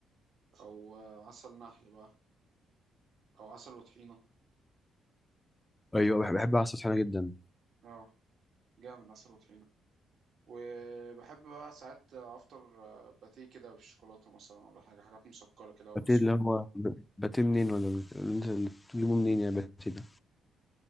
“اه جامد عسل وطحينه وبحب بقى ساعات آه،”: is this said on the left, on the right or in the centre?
Right